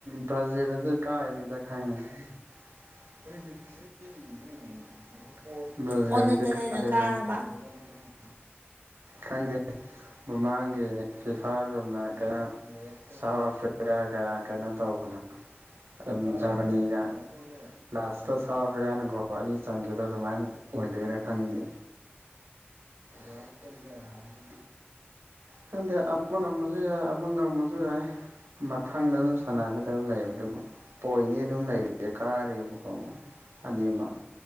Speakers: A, on the right; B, on the right.
A: ꯕ꯭ꯔꯥꯖꯤꯜ ꯑꯗꯨ ꯀꯥꯥꯏꯒꯅꯤꯗ ꯈꯪꯉꯦ <unintelligible> <unintelligible>
B: ꯑꯣꯟꯅ ꯇꯩꯅꯅ ꯀꯥꯔꯕ
A: ꯈꯪꯗꯦ ꯃꯃꯥꯡꯒꯤ ꯐꯤꯐꯥꯒꯨꯝꯅ ꯀꯌꯥ ꯁꯥꯎꯠ ꯑꯐ꯭ꯔꯤ ꯒ ꯀꯩꯅꯣ ꯇꯧꯕꯅ ꯑꯗꯨꯝ ꯖꯔꯃꯅꯤꯒ ꯂꯥꯁꯇ ꯁꯥꯎꯠ ꯑꯐ꯭ꯔꯤꯀꯥꯅ ꯒꯣꯜ ꯑꯅꯤ ꯆꯟꯒꯤꯕꯗꯣ ꯑꯗꯨꯃꯥꯏꯅ ꯑꯣꯏꯗꯣꯏꯔ ꯈꯪꯗꯦ <inaudible> ꯈꯪꯗꯦ ꯑ ꯑꯃ ꯉꯝꯃꯁꯨ ꯌꯥꯏ ꯑꯃ ꯉꯝꯃꯁꯨ ꯌꯥꯏ ꯃꯊꯪꯗ ꯑꯗꯨꯝ ꯁꯥꯟꯅꯒꯗꯕ ꯂꯩꯕꯗꯨꯕꯨ ꯄꯣ ꯍꯣꯏꯅꯤ ꯑꯗꯨꯝ ꯂꯩꯔꯦ ꯀꯥꯔꯦꯕꯀꯣ ꯃꯨꯛ ꯑꯅꯤꯃ